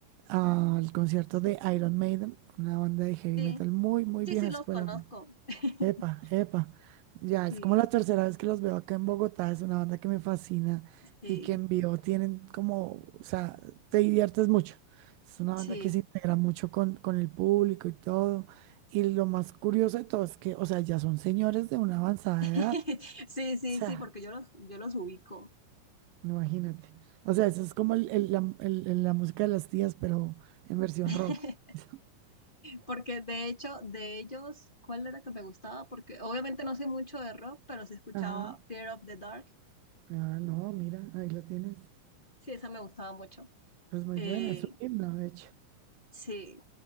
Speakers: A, on the right (about 85°); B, on the left (about 15°).
A: al concierto de Iron Maiden, una banda de heavy
B: Sí,
A: metal muy, muy
B: sí,
A: vieja
B: sí,
A: escuela.
B: los conozco. <laughs>
A: Epa, epa. Ya,
B: Sí,
A: es como la tercera vez que los veo acá en Bogotá. Es una banda que me fascina
B: sí,
A: y que en vivo tienen como, o sea, te diviertes mucho. Es una
B: sí,
A: banda que se integra mucho con, con el público y todo. Y lo más curioso de todo es que, o sea, ya son señores de una avanzada
B: <laughs>
A: edad.
B: sí, sí,
A: O sea,
B: sí, porque yo los, yo los ubico.
A: imagínate. O sea, eso es como el- el- la, el- el- la música de las tías, pero en versión rock.
B: <laughs>
A: <laughs>
B: Porque de hecho, de ellos, ¿cuál era que me gustaba? Porque obviamente no sé mucho de rock, pero sí escuchaba
A: Ajá.
B: Fear of the Dark.
A: Ah, no, mira, ahí la tienes.
B: Sí, esa me gustaba mucho.
A: Es muy
B: Eh,
A: buena, es un himno, de hecho.
B: sí.